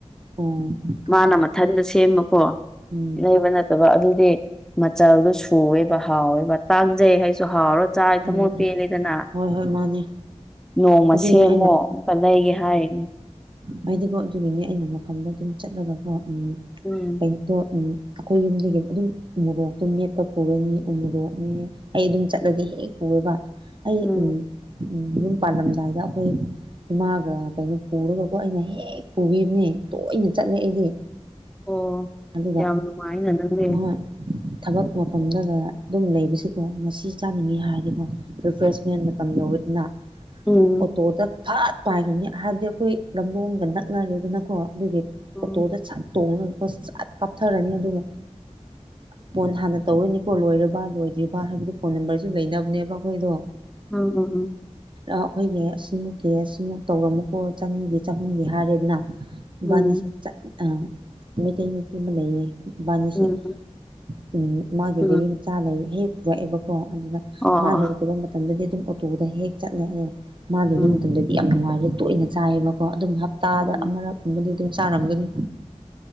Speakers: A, on the right; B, in the centre.
A: ꯎꯝ꯫
B: ꯃꯥꯅ ꯃꯊꯟꯇ ꯁꯦꯝꯕꯀꯣ
A: ꯎꯝ
B: ꯂꯩꯕ ꯅꯠ ꯕ ꯑꯗꯨꯗꯤ ꯃꯆꯜꯗꯨ ꯁꯨꯋꯦꯕ ꯍꯥꯎꯋꯦꯕ ꯇꯥꯡꯖꯩ ꯍꯥꯏꯁꯨ ꯍꯥꯎꯔꯣꯏ ꯆꯥ
A: ꯎꯝ
B: ꯊꯃꯛ ꯄꯦꯜꯂꯤꯗꯅ
A: ꯎꯝ ꯍꯣꯏ ꯍꯣꯏ ꯃꯥꯅꯦ
B: ꯅꯣꯡꯃ
A: ꯑꯗꯨꯏꯅꯦ
B: ꯁꯦꯝꯃꯨ
A: ꯑꯩꯅ
B: ꯑꯃꯨꯛꯀ ꯂꯩꯒꯦ ꯍꯥꯏꯅꯦ
A: ꯍꯥꯏꯗꯤꯀꯣ ꯑꯗꯨꯒꯤꯅꯦ ꯑꯩꯅ ꯃꯐꯝꯗ ꯑꯗꯨꯝ ꯆꯠꯂꯒꯀꯣ ꯎꯝ
B: ꯎꯝ
A: ꯀꯩꯅꯣꯗꯣ ꯑꯩꯈꯣꯏ ꯌꯨꯝꯗꯒꯤ ꯑꯗꯨꯝ ꯎꯃꯣꯔꯣꯛꯇꯣ ꯃꯦꯠꯄ ꯄꯨꯔꯅꯤ ꯎꯃꯣꯔꯣꯛꯅꯦ ꯑꯩ ꯑꯗꯨꯝ ꯆꯠꯂꯗꯤ ꯍꯦꯛ ꯄꯨꯌꯦꯕ ꯑꯩ
B: ꯎꯝ
A: ꯌꯨꯝ ꯄꯥꯜꯂꯝꯗꯥꯏꯗ ꯑꯩꯈꯣꯏ ꯏꯃꯥꯒ ꯀꯩꯅꯣ ꯄꯨꯔꯒ ꯀꯣ ꯑꯩꯅ ꯍꯦꯛ ꯄꯨꯕꯤꯕꯅꯦ ꯇꯣꯏꯅ ꯆꯠꯂꯦ ꯑꯩꯗꯤ
B: ꯑꯣ
A: ꯑꯗꯨꯒ
B: ꯌꯥꯝ ꯅꯨꯡꯉꯥꯏꯅ ꯅꯪꯗꯤ
A: ꯎꯝ ꯊꯕꯛ ꯃꯐꯝꯗꯒ ꯑꯗꯨꯝ ꯂꯩꯕꯁꯤꯀꯣ ꯉꯁꯤ ꯆꯥꯅꯤꯡꯉꯤ ꯍꯥꯏꯔꯗꯤꯀꯣ ꯔꯤꯐ꯭ꯔꯦꯁ ꯁꯦꯟ ꯃꯇꯝ ꯌꯧꯕꯗꯅ
B: ꯑꯣꯝ
A: ꯑꯣꯇꯣꯗ ꯐꯥꯠ ꯄꯥꯏꯈ꯭ꯔꯅꯤ ꯍꯥꯏꯕꯗꯤ ꯑꯩꯈꯣꯏ ꯂꯝꯂꯣꯡꯒ ꯅꯛꯅꯔꯦꯗꯅꯀꯣ ꯑꯗꯨꯒꯤ
B: ꯎꯝ
A: ꯑꯣꯇꯣꯗ ꯆꯠ ꯇꯣꯡꯉ ꯆ ꯀꯥꯞꯊꯔꯅꯤ ꯑꯗꯨꯒ ꯐꯣꯟ ꯍꯥꯟꯅ ꯇꯧꯔꯅꯤꯀꯣ ꯂꯣꯏꯔꯕ ꯂꯣꯏꯗ꯭ꯔꯤꯕ ꯍꯥꯏꯕꯗꯨ ꯐꯣꯟ ꯅꯝꯕꯔꯁꯨ ꯂꯩꯅꯕꯅꯦꯕ ꯑꯩꯈꯣꯏꯗꯣ
B: ꯑꯝ ꯍꯝ
A: ꯑꯩꯈꯣꯏꯒꯤ ꯁꯤꯃꯨꯛꯀꯤ ꯁꯤꯃꯨꯛ ꯇꯧꯔꯝꯃꯨꯀꯣ ꯆꯅꯤꯒꯤ ꯆꯍꯨꯝꯒꯤ ꯍꯥꯏꯔꯦꯗꯅ
B: ꯎꯝ
A: ꯏꯕꯥꯅꯤꯁꯦ ꯆꯠ ꯑ ꯃꯩꯇꯩ ꯅꯨꯄꯤ ꯑꯃ ꯂꯩꯌꯦ ꯏꯕꯥꯅꯤꯁꯦ
B: ꯎꯝ ꯎꯝ
A: ꯎꯝ ꯃꯥꯒꯤ
B: ꯎꯝ
A: ꯒꯔꯤ ꯃꯆꯥ ꯂꯩ ꯍꯦꯛ ꯄꯨꯔꯛꯑꯦꯕꯀꯣ ꯑꯗꯨꯅ
B: ꯑꯣ
A: ꯃꯥ ꯂꯩꯇꯕ ꯃꯇꯝꯗꯗꯤ ꯑꯗꯨꯝ ꯑꯣꯇꯣꯗ ꯍꯦꯛ ꯆꯠꯂꯦ ꯑꯗꯣ ꯃꯥ ꯂꯩꯕ
B: ꯎꯝ
A: ꯃꯇꯝꯗꯗꯤ ꯌꯥꯝ ꯅꯨꯡꯉꯥꯏꯔꯦ ꯇꯣꯏꯅ ꯆꯥꯏꯑꯕꯀꯣ ꯑꯗꯨꯝ ꯍꯞꯇꯥꯗ
B: ꯎꯝ
A: ꯑꯃꯔꯛꯒꯨꯝꯕꯗꯤ ꯑꯗꯨꯝ ꯇꯔꯝꯒꯗꯤ